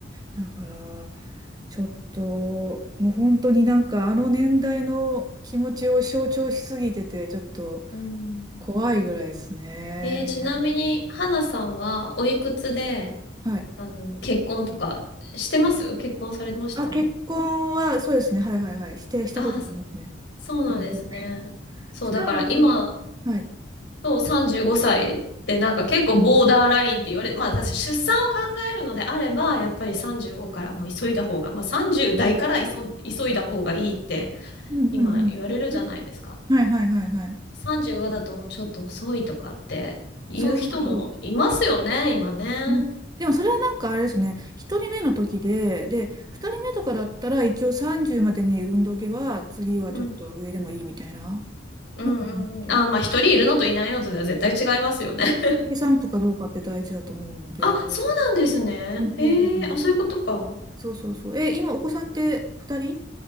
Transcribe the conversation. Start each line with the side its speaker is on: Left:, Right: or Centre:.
Right: だから、ちょっと、もう本当になんか、あの年代の気持ちを象徴しすぎてて、ちょっと
Left: うん
Right: 怖いぐらいですね。
Left: えー、ちなみに、花さんはおいくつで、
Right: はい。
Left: あの、結婚とかしてます結婚されましたあ
Right: あ、結婚は、そうですね、はいはいはい、して、したことありますね。
Left: あー、そそうなんですね。
Right: うん
Left: そう、
Right: したら、
Left: だから今、
Right: はい。
Left: そう、35歳ってなんか結構ボーダーラインって言われ、まあ私出産を考えるのであれば、やっぱり35からもう急いだ方が、まあ30代から急、急いだ方がいいって
Right: うんうんう
Left: 今言われるじゃないですか。
Right: ん。はいはいはいはい。
Left: 35だともうちょっと遅いとかって言う人もいますよね、
Right: そうそうそう。
Left: 今ね。
Right: うんでもそれはなんかあれですね、1人目の時で、で、2人目とかだったら一応30までに産んどけば、次はちょっと上でもいいみたいな、
Left: うん。うんうんうん。
Right: なんか思うんですけど、
Left: あ、まあ一人いるのといないのとでは絶対違いますよね。<laughs>
Right: 計算部かどうかって大事だと思うので、
Left: あ、
Right: うん
Left: そうなんですね。へえ、
Right: 大事だと思う。
Left: あ、そういうことか。
Right: そうそうそう。え、今お子さんって2人